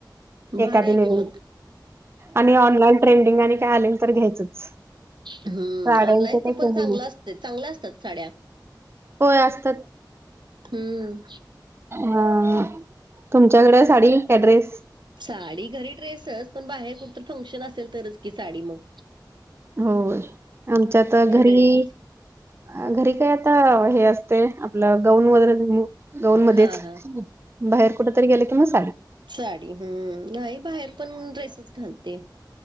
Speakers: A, on the right (about 80°); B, on the right (about 35°).
A: भारी
B: एखादी
A: आहे की
B: नवीन
A: मग
B: आणि ऑनलाईन ट्रेन मग आणि काय आलेन तर घ्यायचंच
A: हम्म
B: साड्यांचं
A: ऑनलाईन
B: काही
A: चं पण
B: कमी
A: चांगलं
B: नाही
A: असतय चांगल्या असतात साड्या
B: होय असतात.
A: हम्म.
B: हा तुमच्याकडे साडी का ड्रेस
A: साडी घरी ड्रेसच पण बाहेर कुठ फंक्शन असेल तरच की साडी मंग
B: होय आमच्या त घरी
A: ड्रेसच
B: अ घरी काय आता हे असतय आपलं गाऊन वगैरे गाऊन मध्येच
A: हा हा
B: बाहेर कुठ तरी गेले की म साडी
A: साडी हम्म नाही बाहेर पण ड्रेसेस घालते.